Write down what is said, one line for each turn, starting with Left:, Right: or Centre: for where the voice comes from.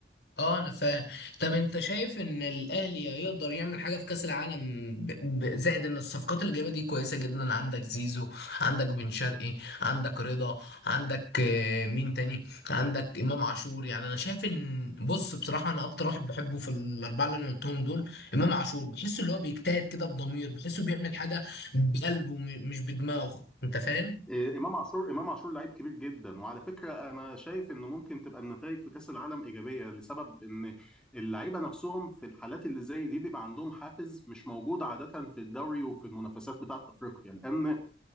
Left: اه انا فاهم طب انت شايف ان الاهلي يقدر يعمل حاجه في كاس العالم ب... ب... زائد ان الصفقات اللي جايبه دي كويسه جدا عندك زيزو عندك بن شرقي عندك رضا عندك آه، مين تاني عندك امام عاشور يعني انا شايف ان بص بصراحه انا اكتر واحد بحبه في الاربعه اللي انا قلتهم دول امام عاشور بحسه اللي هو بيجتهد كده بضمير بحسه بيعمل حاجه بقلبه م... مش بدماغه انت فاهم
Centre: إيه، امام عاشور امام عاشور لعيب كبير جدا وعلى فكره انا شايف انه ممكن تبقى النتائج في كاس العالم ايجابيه لسبب ان اللعيبه نفسهم في الحالات اللي زي دي بيبقى عندهم حافز مش موجود عاده في الدوري وفي المنافسات بتاعه افريقيا لان